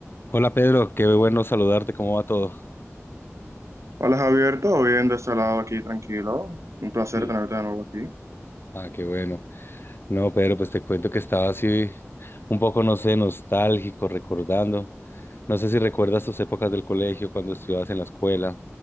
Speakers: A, on the left; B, on the right.
A: Hola Pedro, qué bueno saludarte, ¿cómo va todo?
B: Hola Javier, ¿todo bien de este lado aquí tranquilo? Un placer
A: Sí,
B: tenerte de nuevo aquí.
A: Ah, qué bueno. No, Pedro, pues te cuento que estaba así un poco, no sé, nostálgico, recordando. No sé si recuerdas tus épocas del colegio, cuando estudiabas en la escuela,